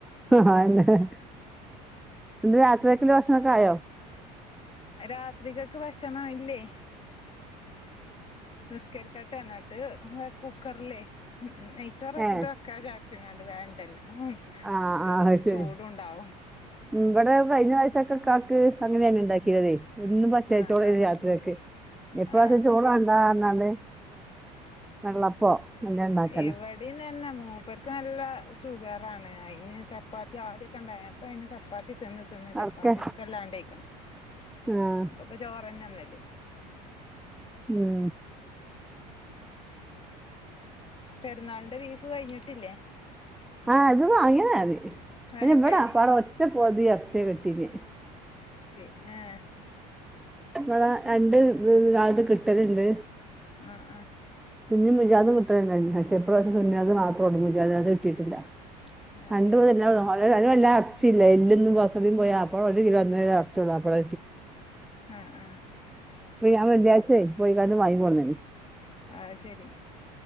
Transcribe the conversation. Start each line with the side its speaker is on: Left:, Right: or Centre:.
Centre: ആ എ രാത്രി ഒക്കല് ഭക്ഷണം ഒക്കെ ആയോ
Left: രാത്രികൾക്ക് ഭക്ഷണം ഇല്ലേ നിസ്കരിക്കട്ട എന്നിട്ട് കുക്കറിലേ നെയ്ച്ചോറക്കിട്ട്
Centre: ഏ
Left: വെക്കാ ച ങ്ങാണ്ട് വേണ്ടല്ലോ
Centre: ആ
Left: മഗ്‌രിബിന്
Centre: ആ ശരി
Left: ചൂടുണ്ടാവും
Centre: ഇവിടെ കഴിഞ്ഞ പ്രാവശ്യ ക്കാക്ക് അങ്ങനെ തന്നെ ഉണ്ടാക്കി യത് ഇന്ന് പച്ചരിച്ചോട്
Left: ആഹ് ആഹ്
Centre: രാത്രിയൊക്കെ ഇപ്രാവശ്യം
Left: ആഹ്
Centre: ചോള കണ്ടാ പറഞ്ഞാല് വെള്ളപ്പോ ഇണ്ടാക്കലാ
Left: ഇവിടെ തന്നെ മൂപ്പർക്ക് നല്ല ഷുഗറാണ് പിന്നെ ചപ്പാത്തി ആദ്യൊക്കെ ഉണ്ടായ ഇപ്പ ചപ്പാത്തി തിന്ന് തിന്ന് ചപ്പാത്തി
Centre: അട്ക്കെ
Left: ഇഷ്ടമല്ലാണ്ടക്കണ്
Centre: ആഹ്
Left: ഇപ്പപ്പ ചോറ് തന്നെ തിന്നല്
Centre: ഉം
Left: പെരുന്നാളിന്റെ ബീഫ് കഴിഞ്ഞിട്ടില്ലേ
Centre: ആ അത് വാങ്ങിയതി
Left: ആഹ്
Centre: ഇ ഇവിടാ
Left: ശരി
Centre: ആകപാട ഒറ്റ പോതി ഇറച്ചിയെ വെട്ടീന്
Left: ഏ
Centre: ഇവടെ രണ്ട് നാള്ക്ക് കിട്ടലുണ്ട്
Left: ആ ആ
Centre: സുന്നി മുജാദം കിട്ടലില്ലനി പക്ഷേ എപ്രാവശ സുന്നാ അത് മാത്രം ഉൂ മുജാദാ കിട്ടയിട്ടില്ല
Left: അത്
Centre: കണ്ടപോത്
Left: ശരി
Centre: എല്ല അവ അ വല്ല അറച്ചില്ലല്ല എല്ലൊന്നും ബസ പോയാ അപ്പോഴൊ ഒരു കിലോ അന്നര കിലോ അറച്ചോള്ളൂ അപ്പോഴ
Left: ആ ആ
Centre: ഞാൻ വെള്ളിയാച്ചേ പോയി കന്ന് വായി പോന്നന്
Left: ആ ശെരി